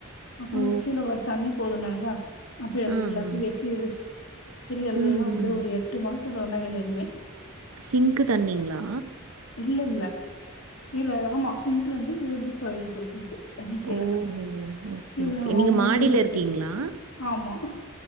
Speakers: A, on the left; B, on the right.
A: அப்பறோ
B: ஓ!
A: கீழ வ தண்ணி வேற போதுனாங்ளா அப்று எல்லாத்யு
B: ஆ, ஆ.
A: வெட்டி எடு திரியு எல்லா
B: ம்,
A: அப்டே
B: ம்.
A: ஒரு எட்டு மாசோ பண்ணவே இல்ல எதுமே
B: சிங்க்கு தண்ணிங்ளா
A: இல்ல இல்ல கீழ ஆமா சிங்களந்து லீக்காயிருக்கு போல்திது தண்ணி கீழ
B: ஓஹோ! ஓகே,
A: கீழ்
B: ஓகே.
A: அவுங்க
B: நீங்க மாடியில
A: வீடு இருக்கு
B: இருக்கீங்களா?
A: ஆமா